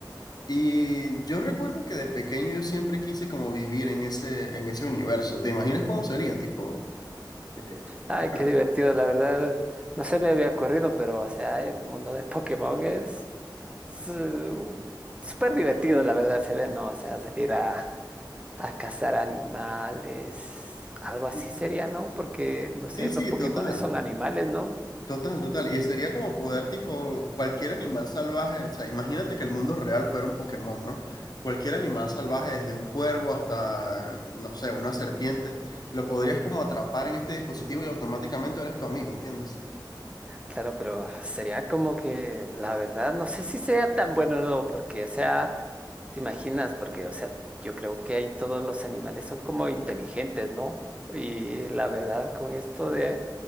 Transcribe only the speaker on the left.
Y yo recuerdo que de pequeño yo siempre quise como vivir en ese, en ese universo. ¿Te imaginas cómo sería? Tipo, eh,
bueno,
sí,
sí, sí,
total.
Total, total. Y sería como poder, tipo, cualquier animal salvaje. O sea, imagínate que el mundo real fuera un Pokémon, ¿no? Cualquier animal salvaje, desde un cuervo hasta, no sé, una serpiente, lo podrías como atrapar en este dispositivo y automáticamente eres tu amigo, ¿entiendes?